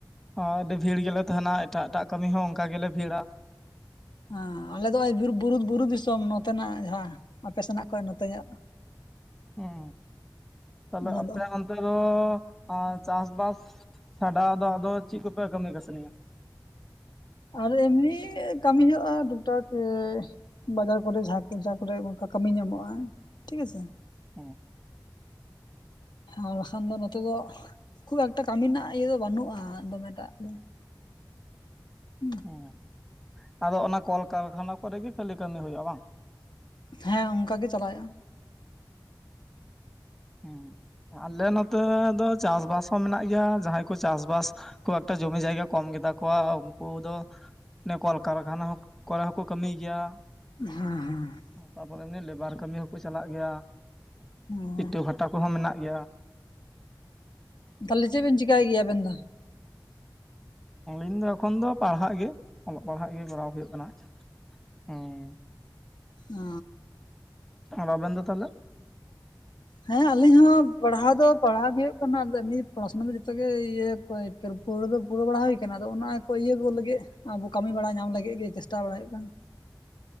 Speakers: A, in the centre; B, on the left.
A: ᱦᱚᱸ ᱟᱹᱰᱤ ᱵᱷᱤᱲ ᱜᱮᱞᱮ ᱛᱟᱦᱮᱸᱱᱟ ᱮᱴᱟᱜ ᱮᱴᱟᱜ ᱠᱟᱹᱢᱤ ᱦᱚᱸ ᱚᱱᱠᱟ ᱜᱮᱞᱮ ᱵᱷᱤᱲᱟ,
B: ᱟᱸ ᱟᱞᱮ ᱫᱚ ᱱᱚᱜ-ᱚᱭ ᱵᱩᱨᱩ ᱵᱩᱨᱩ ᱫᱤᱥᱚᱢ ᱱᱚᱛᱮᱱᱟᱜ ᱡᱟᱦᱟᱸ ᱟᱯᱮ ᱥᱮᱱᱟᱜ ᱠᱷᱚᱱ ᱱᱚᱛᱮᱧᱚᱜ,
A: ᱩᱸ ᱛᱟᱦᱚᱞᱮ
B: ᱚᱱᱟ
A: ᱟᱯᱮᱭᱟᱜ ᱚᱱᱛᱮ ᱟᱫᱚ ᱪᱟᱥ ᱵᱟᱥ ᱪᱷᱟᱰᱟ ᱫᱚ ᱟᱫᱚ ᱪᱮᱫ ᱠᱚᱯᱮ ᱠᱟᱹᱢᱤ ᱠᱟᱹᱥᱱᱤᱭᱟ,
B: ᱟᱨ ᱮᱢᱱᱤ ᱠᱟᱹᱢᱤ ᱦᱩᱭᱩᱜ-ᱟ ᱫᱩᱢᱠᱟ ᱛᱮ ᱵᱟᱡᱟᱨ ᱠᱚᱨᱮ ᱡᱟᱦᱟᱸ ᱠᱚ ᱡᱟᱦᱟᱸ ᱠᱚᱨᱮ ᱚᱱᱠᱟ ᱠᱟᱹᱢᱤ ᱧᱟᱢᱚᱜ-ᱟ ᱴᱷᱤᱠ ᱟᱪᱷᱮ
A: ᱦᱮᱸ
B: ᱟᱨ ᱵᱟᱠᱷᱟᱱ ᱫᱚ ᱱᱚᱛᱮ ᱫᱚ ᱠᱷᱩᱵ ᱮᱠ ᱠᱟᱹᱢᱤ ᱨᱮᱱᱟᱜ ᱤᱭᱟᱹ ᱫᱚ ᱵᱟᱹᱱᱩᱜ-ᱟ ᱫᱚᱢᱮ ᱫᱟᱜ ᱫᱟᱭ, ᱦᱩᱸ᱾
A: ᱦᱩᱸ ᱟᱫᱚ ᱚᱱᱟ ᱠᱚᱞᱠᱟᱨᱠᱷᱟᱱᱟ ᱠᱚᱨᱮ ᱜᱮ ᱠᱷᱟᱹᱞᱤ ᱠᱟᱹᱢᱤ ᱦᱩᱭᱩᱜ-ᱟ ᱵᱟᱝ,
B: ᱦᱮᱸ ᱚᱱᱠᱟ ᱜᱮ ᱪᱟᱞᱟᱜ ᱦᱩᱭᱩᱜ-ᱟ,
A: ᱦᱩᱸ ᱟᱞᱮ ᱱᱚᱛᱮ ᱫᱚ ᱪᱟᱥᱵᱟᱥ ᱦᱚᱸ ᱢᱮᱱᱟᱜ ᱜᱮᱭᱟ ᱡᱟᱦᱟᱸᱭ ᱠᱚ ᱪᱟᱥᱵᱟᱥ, ᱠᱚᱜ ᱮᱠᱴᱟ ᱡᱚᱢᱤ ᱡᱟᱭᱜᱟ ᱠᱚᱢ ᱜᱮ ᱛᱟᱠᱚᱣᱟ ᱩᱱᱠᱩ ᱫᱚ, ᱱᱮ ᱠᱚᱞᱠᱟᱨᱠᱷᱟᱱᱟ ᱠᱚᱨᱮ ᱦᱚᱸᱠᱚ ᱠᱟᱹᱢᱤᱭ ᱜᱮᱭᱟ,
B: ᱦᱩᱸ ᱦᱩᱸ
A: ᱛᱟᱯᱚᱨᱮ ᱮᱢᱱᱤ ᱞᱮᱵᱟᱨ ᱠᱟᱹᱢᱤ ᱦᱚᱸᱠᱚ ᱪᱟᱞᱟᱜ ᱜᱮᱭᱟ,
B: <inaudible>
A: ᱤᱴᱟᱹ ᱵᱷᱟᱴᱟ ᱠᱚᱦᱚᱸ ᱢᱮᱱᱟᱜ ᱜᱮᱭᱟ,
B: ᱛᱟᱦᱞᱮ ᱪᱮᱫ ᱵᱮᱱ ᱪᱤᱠᱟᱭ ᱜᱮᱭᱟ ᱟᱵᱮᱱ ᱫᱚ,
A: ᱤᱧ ᱫᱚ ᱮᱠᱷᱚᱱ ᱫᱚ ᱯᱟᱲᱦᱟᱜ ᱜᱮ, ᱚᱞᱚᱜ ᱯᱟᱲᱦᱟᱜ ᱜᱮ ᱠᱚᱨᱟᱣ ᱦᱩᱭᱩᱜ ᱠᱟᱱᱟ ᱦᱩᱸ
B: ᱚ
A: ᱟᱨ ᱟᱵᱮᱱ ᱫᱚ ᱛᱟᱦᱚᱞᱮ,
B: ᱦᱮᱸ ᱟᱞᱤᱧ ᱦᱚᱸ ᱯᱟᱲᱦᱟᱣ ᱫᱚ ᱯᱟᱲᱦᱟᱣ ᱜᱮ ᱦᱩᱭᱩᱜ ᱠᱟᱱᱟ ᱟᱫᱚ ᱱᱤᱛ ᱯᱚᱲᱟᱥᱩᱱᱟ ᱫᱚ ᱡᱚᱛᱚᱜ ᱜᱮ ᱤᱭᱟᱹ ᱚᱠᱚᱭ ᱛᱟᱨ ᱯᱚᱨ ᱫᱚ ᱨᱮᱫᱚ ᱯᱩᱨᱟᱹ ᱵᱟᱲᱟ ᱦᱩᱭ ᱟᱫᱚ ᱚᱱᱟ ᱠᱚ ᱤᱭᱟᱹ ᱠᱚ ᱞᱟᱹᱜᱤᱫ ᱟᱵᱚ ᱠᱟᱹᱢᱤ ᱵᱟᱲᱟ ᱧᱟᱢ ᱞᱟᱹᱜᱤᱫ ᱜᱮ ᱪᱮᱥᱴᱟ ᱵᱟᱲᱟᱭ ᱦᱩᱭᱩᱜ ᱠᱟᱱᱟ᱾